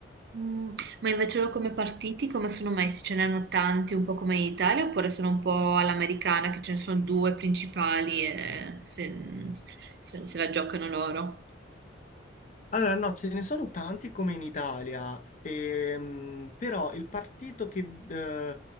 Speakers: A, on the right; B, on the left.
A: mm. Ma invece loro come partiti, come sono messi? Ce ne hanno tanti, un po' come in Italia, oppure sono un po' all'americana, che ce ne sono due principali e se, se- se la giocano loro?
B: Allora, no, ce ne sono tanti come in Italia, ehm, però il partito che, eh,